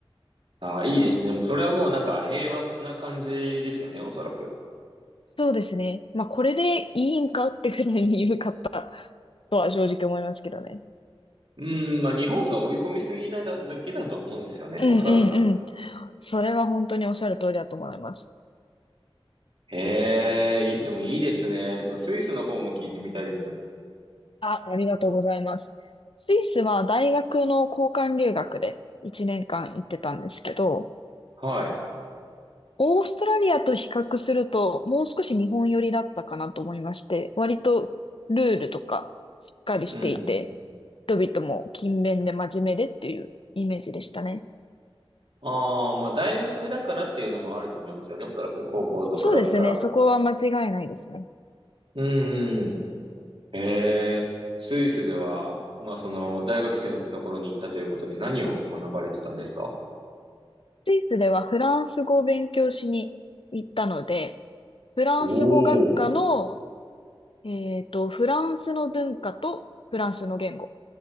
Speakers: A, on the right; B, on the left.
A: ああ、いいですね。もうそれはもうなんか平和な感じですよね、おそらく。
B: そうですね。まあこれでいいんかってくらいに緩かったとは正直思いますけどね。
A: うん、まあ日本が追い込みすぎなだ、だけだと思うんですよね、
B: うんうんうん。
A: おそらく。
B: それは本当におっしゃる通りだと思います。
A: ええ、いいでもいいですね。そう、スイスの方も聞いてみたいです。
B: あ、ありがとうございます。スイスは大学の交換留学で1年間行ってたんですけど、
A: はい。
B: オーストラリアと比較するともう少し日本寄りだったかなと思いまして、割とルールとかしっかりしていて、
A: うん。
B: 人々も勤勉で真面目でっていうイメージでしたね。
A: ああ、まあ大学だからっていうのもあると思いますよね。おそらく高校と比べたら。
B: そうですね、そこは間違いないですね。
A: うんうん。ええ、スイスでは、まあその大学生の頃に行ったということで何を学ばれてたんですか
B: スイスではフランス語を勉強しに行ったので、フランス語学科の
A: おお
B: えっと、フランスの文化とフランスの言語